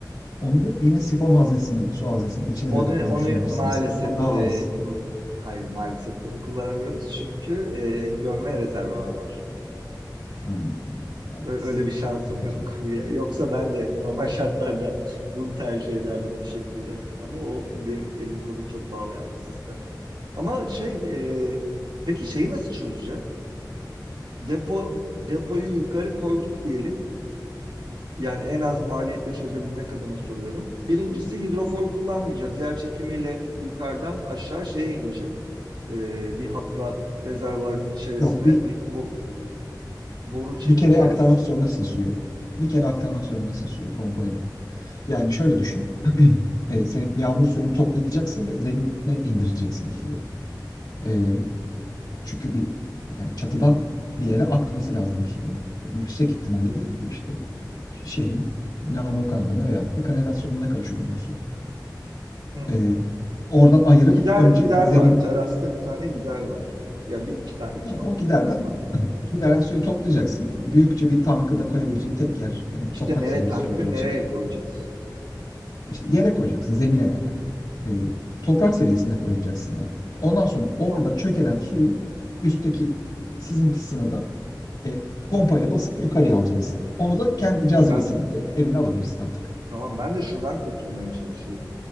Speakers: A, on the left (about 65°); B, on the right (about 85°).
A: onu yine sifon haznesinin, su haznesinin içine
B: Onu,
A: dökmeyi
B: onu
A: düşünebilirsiniz.
B: maalesef
A: O zaman daha
B: e,
A: az.
B: hayır maalesef bunu kullanamıyoruz çünkü e, gömme rezervuar var.
A: Hmm, evet.
B: Ö- Öyle bir şansım
A: O kötüymüş.
B: yok. Ya- Yoksa ben de normal şartlarda bunu tercih ederdim bir şekilde. Ama o benim elim kolumu çok bağlayan bir sistem. Ama şey e, peki şeyi nasıl çözeceğiz? Depo depoyu yukarı koyduk diyelim. Yani en az maliyetle çözebilmek adına soruyorum. Birincisi hidrofor kullanmayacağız. Yer çekimiyle yukarıdan aşağı şeye inecek. Ee, bir hatla rezervuarın içerisine
A: Yok bir
B: bir bo- boru çekeceğiz.
A: bir kere aktarmak zorundasın suyu. Bir kere aktarmak zorundasın suyu pompayla. Yani şöyle düşün. <clears throat> E, senin yağmur suyunu toplayacaksın ve zemine indireceksin o suyu. E, Çünkü bir yani çatıdan bir yere akması lazım bu suyun. Yüksek ihtimalle de bu işte şehrin yağmur kanallarına veyahut da kanalizasyonuna karışıyordur bu su.
B: Hı hı.
A: Ee, oradan ayırıp
B: Gider
A: önce
B: gider
A: zemin
B: var. Terasta bir tane gider var. Ya bir iki tane iki
A: tamam,
B: noktada
A: o giderden
B: galiba.
A: gideren suyu toplayacaksın. Büyükçe bir tankı da koyabileceğin tek yer e,
B: İşte
A: toprak
B: nereye
A: seviyesi
B: tankı
A: olduğu için
B: nereye koyacağız?
A: işte yere koyacaksın zemine yani. Ee, toprak seviyesine koyacaksın yani. Ondan sonra orada
B: Top.
A: çökelen suyun üstteki sızıntısını da E, pompayla basıp yukarıya alacaksın. Onu da kendi cazibesiyle
B: İşte ben
A: evine alabilirsin artık.
B: tamam ben de şundan kurtulmaya çalışıyorum.